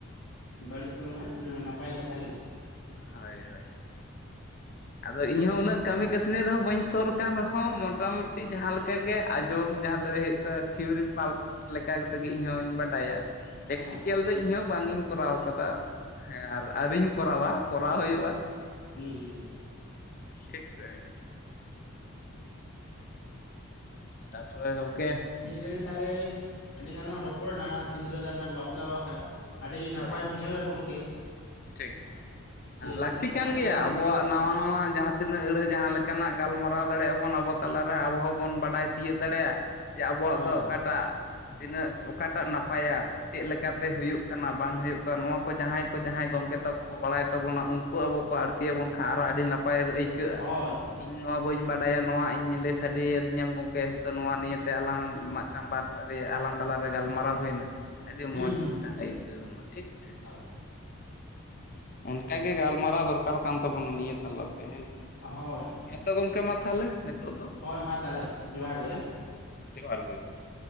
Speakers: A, on the left; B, on the left.
A: ᱵᱟᱹᱲᱤᱡ ᱫᱚ ᱵᱟᱝᱟ ᱱᱟᱯᱟᱭ ᱠᱟᱛᱷᱟ ᱜᱮ
B: ᱦᱳᱭ ᱦᱳᱭ ᱟᱫᱚ ᱤᱧᱦᱚᱸ ᱩᱱᱟᱹᱜ ᱠᱟᱹᱢᱤ ᱠᱟᱹᱥᱱᱤ ᱨᱮᱦᱚᱸ ᱵᱟᱹᱧ ᱥᱩᱨ ᱠᱟᱱ ᱨᱮᱦᱚᱸ ᱢᱚᱴᱟᱢᱩᱴᱤ ᱡᱟᱦᱟᱸ ᱞᱮᱠᱟ ᱜᱮ ᱟᱸᱡᱚᱢ ᱡᱟᱦᱟᱸ ᱫᱚ ᱦᱩᱭᱩᱜ ᱛᱟᱸᱦᱮᱫ ᱛᱷᱤᱭᱳᱨᱤᱠᱮᱞ ᱞᱮᱠᱟ ᱛᱮᱜᱮ ᱤᱧᱦᱚᱸᱧ ᱵᱟᱰᱟᱭᱟ ᱯᱮᱠᱴᱤᱠᱮᱞ
A: ᱦᱮᱸ ᱦᱮᱸ
B: ᱫᱚ ᱤᱧᱦᱚᱸ ᱵᱟᱝ ᱤᱧ ᱠᱚᱨᱟᱣ ᱠᱟᱫᱟ ᱦᱮᱸ ᱟᱨ ᱟᱹᱨᱤᱧ ᱠᱚᱨᱟᱣᱟ ᱠᱚᱨᱟᱣ ᱦᱩᱭᱩᱜᱼᱟ
A: ᱟᱪᱪᱷᱟ ᱦᱩᱸ ᱦᱩᱸ
B: ᱴᱷᱤᱠ ᱥᱮ ᱛᱟᱨᱯᱚᱨᱮ ᱜᱚᱝᱠᱮ
A: ᱴᱷᱤᱠ ᱜᱟᱪᱷᱮ ᱛᱟᱦᱚᱞᱮ ᱟᱹᱰᱤᱜᱟᱱ ᱞᱟᱝ ᱨᱚᱯᱚᱲ ᱱᱟ ᱥᱤᱸᱝᱨᱟᱹ ᱫᱟᱱᱟ ᱵᱟᱯᱞᱟ ᱵᱟᱠᱷᱨᱟ ᱟᱹᱰᱤ ᱱᱟᱯᱟᱭ
B: ᱦᱳᱭ
A: ᱵᱩᱡᱷᱟᱹᱣ ᱮᱱᱟ ᱜᱚᱢᱠᱮ
B: ᱴᱷᱤᱠ
A: ᱦᱮᱸ ᱴᱷᱤᱠ
B: ᱞᱟᱹᱠᱛᱤ ᱠᱟᱱ
A: ᱢᱟ ᱮᱱᱠᱷᱟᱱ
B: ᱜᱮᱭᱟ ᱟᱵᱚᱣᱟᱜ ᱱᱟᱣᱟ ᱱᱚᱣᱟ ᱢᱟ ᱡᱟᱦᱟᱸ ᱛᱤᱱᱟᱹᱜ ᱟᱹᱲᱟᱹ ᱡᱟᱦᱟᱸ ᱞᱮᱠᱟᱱᱟᱜ ᱜᱟᱞᱢᱟᱨᱟᱣ ᱫᱟᱲᱮᱭᱟᱜ-ᱟ ᱵᱚᱱ ᱟᱵᱚ ᱛᱟᱞᱟᱨᱮ ᱟᱵᱚ ᱦᱚᱸᱵᱚᱱ ᱵᱟᱰᱟᱭ ᱛᱤᱭᱟᱹᱜ ᱫᱟᱲᱮᱭᱟᱜ ᱡᱮ ᱟᱵᱚᱣᱟᱜ
A: ᱦᱳᱭ
B: ᱫᱚ ᱚᱠᱟᱴᱟᱜ ᱛᱤᱱᱟᱹᱜ ᱚᱠᱟᱴᱟᱜ ᱱᱟᱯᱟᱭᱟ ᱪᱮᱫ ᱞᱮᱠᱟᱛᱮ ᱦᱩᱭᱩᱜ ᱠᱟᱱᱟ ᱵᱟᱝ ᱦᱩᱭᱩᱜ ᱠᱟᱱ ᱱᱚᱣᱟ ᱠᱚ ᱡᱟᱦᱟᱸᱭ ᱠᱚ ᱡᱟᱦᱟᱸᱭ ᱜᱚᱢᱠᱮ ᱛᱟᱠᱚ ᱵᱟᱲᱟᱭ ᱛᱟᱵᱚᱱᱟ ᱩᱱᱠᱩ ᱟᱵᱚ ᱠᱚ ᱟᱹᱲ ᱛᱤᱭᱟᱵᱚᱱ ᱠᱷᱟᱱ ᱟᱨᱚ ᱟᱹᱰᱤ ᱱᱟᱯᱟᱭ ᱟᱹᱭᱠᱟᱹᱜ-ᱟ
A: ᱦᱳᱭ ᱦᱳᱭ ᱦᱳᱭ
B: ᱤᱧ ᱱᱚᱣᱟ ᱵᱟᱹᱧ
A: ᱦᱳᱭ
B: ᱵᱟᱰᱟᱭᱟ ᱱᱚᱣᱟ
A: ᱦᱳᱭ
B: ᱤᱧ ᱞᱟᱹ ᱥᱟᱰᱤ ᱟᱹᱫᱤᱧᱟᱢ ᱜᱚᱢᱠᱮ ᱦᱤᱛᱳ ᱱᱚᱣᱟ ᱱᱤᱭᱟᱹ ᱮᱛᱮ ᱟᱞᱟᱝ ᱢᱤᱫᱴᱟᱝ ᱵᱟᱛ ᱟᱨᱮ ᱟᱞᱟᱝ ᱛᱟᱞᱟᱨᱮ ᱜᱟᱞᱢᱟᱨᱟᱣ ᱦᱩᱭᱱᱟ ᱟᱹᱰᱤ
A: ᱦᱩᱸ
B: ᱢᱚᱸᱡ
A: ᱦᱩᱸ
B: ᱢᱤᱫᱴᱟᱝ
A: ᱦᱩᱸ
B: ᱟᱹᱭᱠᱟᱹᱣ ᱮᱱᱟ ᱴᱷᱤᱠ ᱥᱮ᱾
A: ᱦᱳᱭ
B: ᱚᱱᱠᱟ ᱜᱮ ᱜᱟᱞᱢᱟᱨᱟᱣ ᱫᱚᱨᱠᱟᱨ ᱠᱟᱱ ᱛᱟᱵᱚᱱᱟ ᱱᱤᱭᱟᱹ ᱛᱟᱞᱟᱛ ᱦᱮᱸᱥᱮ
A: ᱦᱳᱭ ᱦᱳᱭ
B: ᱦᱮᱸᱛᱚ ᱜᱚᱝᱠᱮ ᱢᱟ ᱛᱷᱟᱞᱮ ᱱᱤᱛᱚᱜ ᱫᱚ
A: ᱦᱳᱭ ᱢᱟ ᱛᱟᱦᱚᱞᱮ ᱡᱚᱦᱟᱨ ᱜᱮ
B: ᱦᱮᱸ ᱾ ᱡᱚᱦᱟᱨ ᱜᱮ ᱡᱚᱦᱟᱨ ᱾